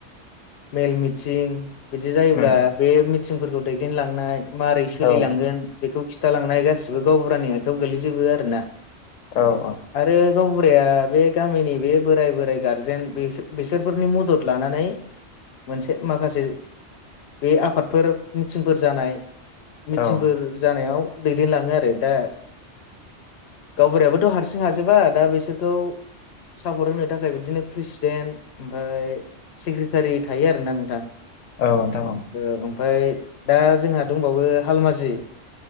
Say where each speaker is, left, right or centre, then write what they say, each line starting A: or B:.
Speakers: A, on the left; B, on the left.
A: मेल मिथिं बिदि जायोब्ला
B: उम
A: बे मिथिंफोरखौ दैदेनलांनाय माबारै सोलिलांगोन
B: औ
A: बेखौ खिथालांनाय गासिबो गावबुरानि आखाइायाव गोगलैजोबो आरो ना
B: औ औ
A: आरो गावबुराया बे गामिनि बे बोराय बोराइ गारजेन बिसोरफोरनि मदद लानानै मोनसे माखासे बे आफादफोर मिथिंफोर जानाय मिथिंफोर
B: औ
A: जानायाव दैदेनलाङो आरो दा गावबुरायाबोथ' हारसिं हाजोबा दा बिसोरखौ सापर्ट होनो थाखाय बिदिनो प्रेसिडेन्ट ओमफफ्राय सिग्रेटारि थायो आरो ना नोंथां
B: औ नोंथां
A: ओमफ्राय दा जोंहा दंबावो हालमाजि